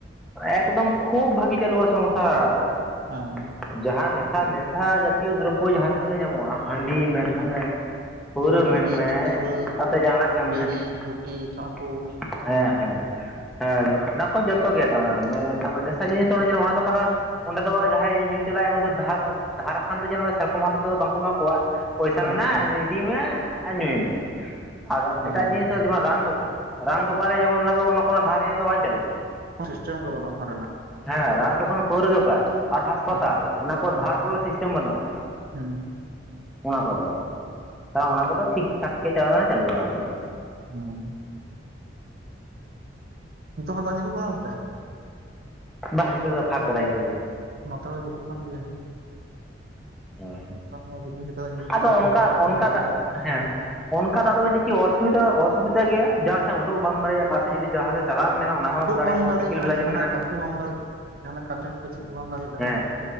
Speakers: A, in the centre; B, on the right.
A: ᱮᱠᱫᱚᱢ ᱠᱷᱩᱵ ᱵᱷᱟᱹᱜᱤ ᱪᱟᱞᱩᱼᱟ ᱥᱚᱝᱥᱟᱨ ᱾
B: ᱦᱮᱸ᱾
A: ᱡᱟᱦᱟᱸ ᱱᱮᱥᱟ ᱱᱮᱥᱟ ᱡᱟᱛᱤᱭᱚ ᱫᱨᱚᱵᱚ ᱡᱟᱦᱟᱸ ᱛᱤᱱᱟᱹᱜ ᱜᱮ ᱧᱟᱢᱚᱜᱼᱟ ᱦᱟᱺᱰᱤ ᱢᱮᱱᱟᱢ
B: ᱦᱮᱸ
A: ᱯᱟᱣᱨᱟ ᱢᱮᱱᱢᱮ
B: ᱦᱟᱺᱰᱤ ᱯᱟᱹᱣᱨᱟᱹ
A: ᱛᱟᱛᱮ ᱡᱟᱦᱟᱸᱱᱟᱜ ᱢᱮᱱᱢᱮ
B: ᱵᱤᱲᱤ
A: ᱾
B: ᱪᱩᱴᱤ ᱛᱷᱟᱠᱩᱨ
A: ᱦᱮᱸ ᱦᱮᱸ ᱦᱮᱸ ᱚᱱᱟ ᱠᱚ ᱡᱚᱛᱚ ᱜᱮ ᱛᱟᱨ ᱱᱮᱥᱟ ᱡᱤᱱᱤᱥ ᱡᱮ ᱚᱱᱟ ᱫᱚ ᱠᱟᱱᱟ ᱚᱸᱰᱮ ᱫᱚ ᱡᱟᱦᱟᱸᱭ ᱧᱩ ᱪᱟᱞᱟᱜᱼᱟ ᱩᱱᱤ ᱫᱚ ᱫᱷᱟᱨ ᱫᱷᱟᱨ ᱦᱟᱸᱱᱛᱮ ᱡᱮᱞ ᱢᱮ ᱥᱮᱨᱚᱠᱚᱢ ᱵᱷᱟᱛᱮ ᱫᱚ ᱵᱟᱝᱠᱚ ᱮᱢᱟ ᱠᱚᱣᱟ ᱯᱚᱭᱥᱟ
B: ᱦᱮᱸ
A: ᱢᱮᱱᱟᱜᱼᱟ ᱤᱫᱤᱭ ᱢᱮ ᱟᱨ ᱧᱩᱭ ᱢᱮ ᱾ ᱟᱨ
B: ᱦᱮᱸ
A: ᱮᱴᱟᱜ ᱡᱤᱱᱤᱥ ᱫᱚ ᱡᱮᱢᱚᱱ ᱨᱟᱱ ᱫᱚᱠᱟᱱ ᱨᱟᱱ ᱫᱚᱠᱟᱱ ᱨᱮ ᱡᱮᱢᱚᱱ ᱚᱱᱟ ᱫᱚ ᱠᱳ ᱫᱷᱟᱨ ᱨᱮᱭᱟᱜ ᱫᱚ ᱵᱟᱝ ᱪᱟᱹᱞᱩᱜᱼᱟ ᱾
B: ᱥᱤᱥᱴᱮᱢ ᱜᱮ ᱵᱟᱱᱩᱜᱼᱟ ᱫᱷᱚᱨ ᱨᱮᱱᱟᱜ ᱾
A: ᱦᱮᱸ ᱨᱟᱱ ᱫᱚᱠᱟᱱ ᱯᱟᱹᱣᱨᱟᱹ ᱫᱚᱠᱟᱱ ᱟᱨ ᱦᱟᱸᱥᱯᱟᱛᱟᱞ
B: ᱦᱮᱸ
A: ᱚᱱᱟ ᱠᱚ ᱫᱷᱟᱨ ᱵᱚᱞᱮ ᱥᱤᱥᱴᱮᱢ ᱵᱟᱹᱱᱩᱜᱼᱟ ᱾
B: ᱦᱩᱸ᱾
A: ᱚᱱᱟ ᱠᱚᱫᱚ ᱛᱟ ᱚᱱᱟ ᱠᱚᱫᱚ ᱴᱷᱤᱠ ᱴᱷᱟᱠ ᱜᱮ ᱪᱟᱞᱟ ᱪᱟᱹᱞᱩᱜᱼᱟ ᱚᱱᱟ ᱫᱚ᱾
B: ᱦᱩᱸ᱾ ᱱᱤᱛᱚᱜ ᱦᱚᱸ ᱫᱟᱜ ᱧᱩᱨᱚᱜ ᱠᱟᱱᱟ ᱚᱱᱛᱮ?
A: ᱵᱟᱝ ᱱᱤᱛᱚᱜ ᱫᱚ ᱯᱷᱟᱜ ᱠᱟᱫᱟᱭ ᱱᱤᱛᱚᱜ ᱫᱚ᱾
B: ᱱᱚᱛᱮ ᱫᱚ ᱧᱩᱨᱩᱜ ᱠᱟᱱ ᱜᱮᱭᱟ ᱾
A: ᱫᱚ
B: ᱱᱚᱛᱮ ᱢᱟ ᱨᱤᱢᱤᱞ ᱠᱟᱫᱟᱭ ᱧᱩᱨᱩᱜ
A: ᱟᱫᱚ
B: ᱠᱟᱱ ᱜᱮᱭᱟ
A: ᱚᱱᱠᱟ
B: ᱦᱟᱞᱠᱟ ᱦᱟᱞᱠᱟ
A: ᱚᱱᱠᱟ
B: ᱦᱚᱭᱫᱟ᱾
A: ᱫᱟᱜ ᱦᱮᱸ ᱚᱱᱠᱟ ᱫᱟᱜ ᱫᱚ ᱢᱤᱫᱴᱮᱡ ᱪᱮᱫ ᱚᱥᱩᱵᱤᱫᱟ ᱚᱥᱩᱵᱤᱫᱟ ᱜᱮᱭᱟ ᱡᱟᱦᱟᱸᱥᱮᱫ ᱩᱰᱹᱜ ᱵᱟᱢ ᱫᱟᱲᱮᱭᱟᱜ ᱚᱠᱟ ᱥᱮᱫ ᱡᱩᱫᱤ ᱡᱟᱦᱟᱸ ᱥᱮᱫ ᱪᱟᱞᱟᱜ ᱮᱢ ᱢᱮᱱᱟ ᱚᱱᱟ ᱦᱚᱸᱢ
B: ᱩᱰᱩᱠ
A: ᱫᱟᱲᱮᱭᱟᱜᱼᱟ
B: ᱵᱟᱢ
A: ᱵᱤᱠᱮᱞ ᱵᱮᱞᱟ
B: ᱡᱟᱦᱟᱱᱟᱜ
A: ᱡᱮᱢ ᱢᱮᱱᱟ
B: ᱠᱟᱹᱢᱤ ᱠᱚ ᱵᱟᱢ ᱫᱟᱲᱮᱭᱟᱜᱼᱟ ᱡᱟᱦᱟᱱᱟᱜ ᱠᱟᱹᱢᱤ ᱠᱚ ᱪᱮᱫ ᱜᱮ ᱵᱟᱢ ᱫᱟᱲᱮᱭᱟᱜᱼᱟ
A: ᱦᱮᱸ